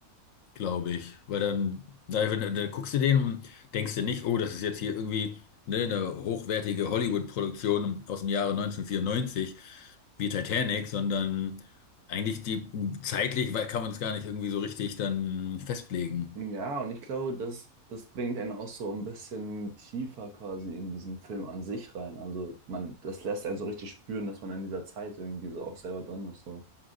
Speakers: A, on the left; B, on the right.
A: glaube ich. Weil dann, na wenn, du- dann guckst du den und denkst dir nicht, oh, das ist jetzt hier irgendwie ne, eine hochwertige Hollywood-Produktion aus dem Jahre 1994 wie Titanic, sondern eigentlich die zeitlich, weil kann man es gar nicht irgendwie so richtig dann festlegen.
B: Ja, und ich glaube, das, das bringt einen auch so ein bisschen tiefer quasi in diesen Film an sich rein. Also man, das lässt einen so richtig spüren, dass man in dieser Zeit irgendwie so auch selber drin ist. So.